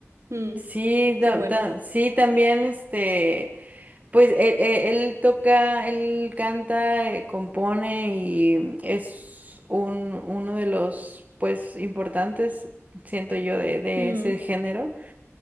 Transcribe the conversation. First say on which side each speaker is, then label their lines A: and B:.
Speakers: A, on the right (about 70°); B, on the right (about 30°).
A: Mm,
B: Sí, ta-
A: qué bueno.
B: ta- sí, también este. Pues él, él- él toca, él canta, eh, compone y es un, uno de los pues importantes, siento yo, de, de
A: Mm,
B: ese género.